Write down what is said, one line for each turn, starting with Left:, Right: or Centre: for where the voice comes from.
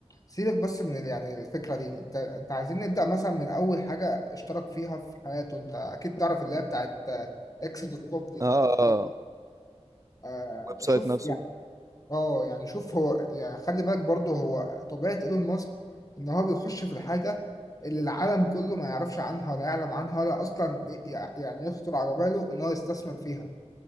Left: سيبك بس من ال- يعني الفكرة دي انت انت عايزين نبدأ مثلا من أول حاجة اشترك فيها في حياته انت أكيد تعرف اللي هي بتاعت اكس دوت كوم دي طبعا
Right: اه اه
Left: آه
Right: الويب سايت
Left: شوف
Right: نفسه
Left: يعني اه يعني شوف هو يعني خلي بالك برضه هو طبيعة ايلون ماسك ان هو بيخش في الحاجة اللي العالم كله ما يعرفش عنها ولا يعلم عنها ولا أصلا ي- يعني يخطر على باله ان هو يستثمر فيها